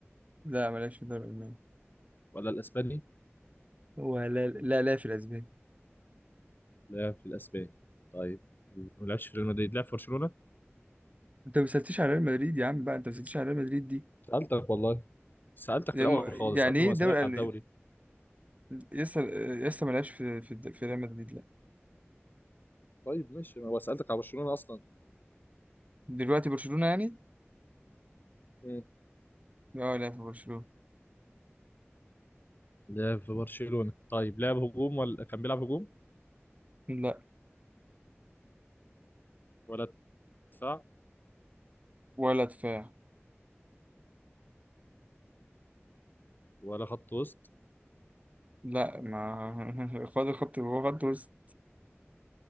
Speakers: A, on the right; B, on the left.
A: لا ما لعبش في الدوري الألماني
B: ولا الاسباني
A: ولا لا لا في الأسباني
B: لعب في الاسبان طيب وما لعبش في ريال مدريد لعب في برشلونه
A: أنت ما سألتش على ريال مدريد يا عم بقى أنت ما سألتش على ريال مدريد دي
B: سالتك والله سالتك
A: لم-
B: في الاول خالص
A: يعني
B: قبل
A: إيه
B: ما
A: الدوري
B: اسالك على الدوري
A: الأل- لسه لسه ما لعبش في في, الد- في ريال مدريد لا
B: طيب ماشي ما هو سالتك على برشلونه اصلا
A: دلوقتي برشلونة يعني
B: مم.
A: لا لا في برشلونة
B: لعب في برشلونه طيب لعب هجوم ولا كان بيلعب هجوم
A: لا
B: ولا دفاع
A: ولا دفاع
B: ولا خط وسط
A: لا ما <laughs> خد الخط هو خط وسط